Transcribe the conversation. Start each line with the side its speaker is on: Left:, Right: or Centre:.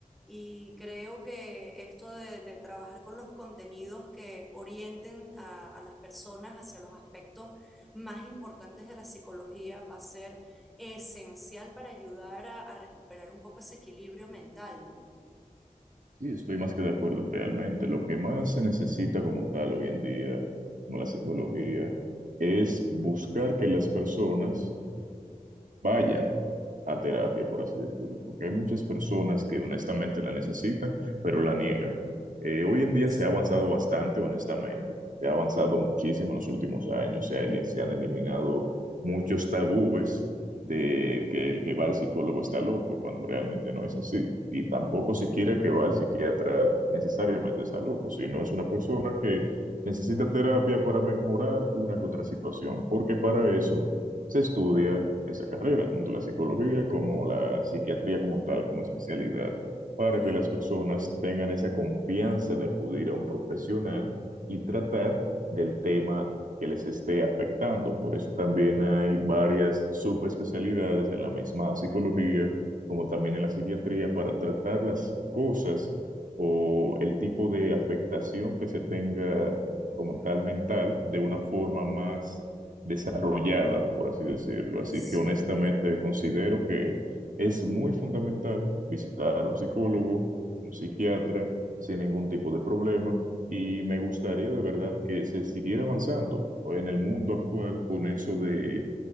Centre: Y creo que esto de, de trabajar con los contenidos que orienten a, a las personas hacia los aspectos más importantes de la psicología va a ser esencial para ayudar a, a recuperar un poco ese equilibrio mental, ¿no?
Right: Sí, estoy más que de acuerdo realmente. Lo que más se necesita como tal hoy en día, como la psicología, es buscar que las personas vayan a terapia, por así decirlo, porque hay muchas personas que honestamente la necesitan, pero la niegan. Eh, hoy en día
Centre: Sí,
Right: se ha avanzado bastante, honestamente, se ha avanzado muchísimo en los últimos años, se, ha eli- se han eliminado muchos tabúes de que el que va al psicólogo está loco, cuando realmente no es así. Y tampoco siquiera el que va al psiquiatra necesariamente está loco, sino es una persona que necesita terapia para mejorar una que otra situación, porque para eso se estudia esa carrera, tanto la psicología como la psiquiatría como tal, como especialidad, para
Centre: claro.
Right: que las personas tengan esa confianza de acudir a un profesional y tratar del tema que les esté afectando. Por eso también hay varias subespecialidades en la misma psicología, como también en la psiquiatría, para tratar las cosas o el tipo de afectación que se tenga
Centre: Ujú.
Right: como tal mental de una forma más desarrollada, por así decirlo. Así
Centre: Sí.
Right: que honestamente considero que es muy fundamental visitar a un psicólogo, un psiquiatra, sin ningún tipo de problema. Y me gustaría de verdad que se siguiera avanzando ¿no? en el mundo actual con eso de,